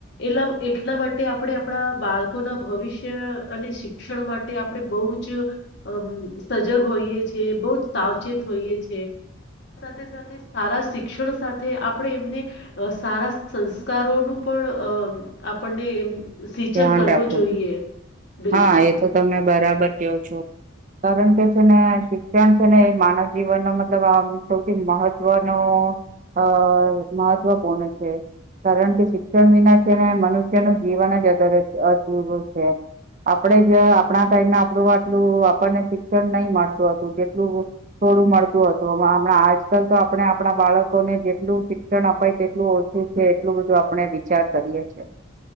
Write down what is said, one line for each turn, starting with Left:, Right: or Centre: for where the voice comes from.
Left: એલા એટલા માટે આપણે આપણા બાળકો ના ભવિષ્ય અને શિક્ષણ માટે આપણે બહુ જ અ સજગ હોઈએ છ છેએ બહુ જ સાવચેત જોઈએ છે
Right: હ
Left: સાથે સાથે સારા શિક્ષણ સાથે આપણે એમને સારા સંસ્કારોનું પણ અ આપણને એમ સિંચન
Right: ધ્યાન
Left: કરવો
Right: રાખો
Left: જોઈએ બિલકુલ
Right: હા એ તો તમે બરાબર કવો છો કારણ કે છે ને શિક્ષણ છે ને એ માનવ જીવનનો મતલબ આ સૌથી મહત્વનો અ મહત્વપૂર્ણ છે કારણ કે શિક્ષણ વિના છે ને મનુષ્યનું જીવન જ અધારે અધરું છે આપડે જ આપણા ટાઈમે આપડું આટલું આપણને શિક્ષણ નહી મળતું હતું જેટલું થડું મળતું હતુંમણાં આજકાલ તો આપણે આપણા બાળકોને જેટલું શિક્ષણ અપાય તેટલું ઓછું એટલું બધું આપણે વિચાર કરીએી